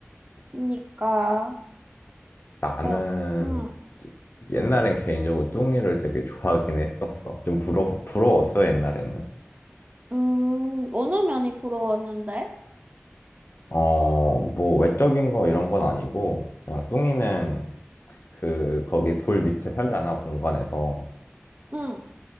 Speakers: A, on the right (about 30°); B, on the left (about 55°).
A: 그니까,
B: 나는
A: 러 음,
B: 옛날엔 개인적으로 뚱이를 되게 좋아하긴 했었어. 좀 부러, 부러웠어, 옛날에는.
A: 음, 어느 면이 부러웠는데?
B: 어, 뭐, 외적인 거 이런 건 아니고, 그냥 뚱이는 그, 거기 돌 밑에 살잖아, 공간에서.
A: 응.